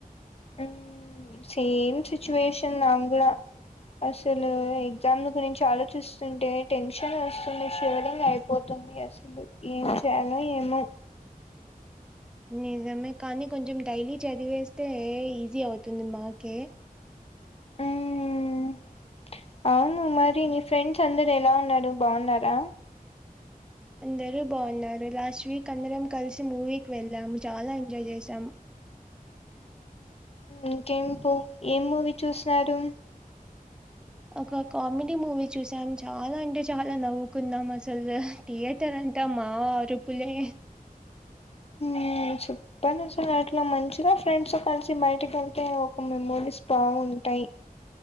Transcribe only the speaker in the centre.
నిజమే కానీ కొంచం డైలీ చదివేస్తే ఈజీ అవుతుంది మాకే
అందరూ బాగున్నారు. లాస్ట్ వీక్ అందరం కల్సి మూవీకి వెళ్ళాము, చాలా ఎంజాయ్ చేసాం.
అ ఒక కామెడీ మూవీ చూసాం. చాలా అంటే చాలా నవ్వుకున్నాం అసల్ థియేటర్ అంట మా అరుపులే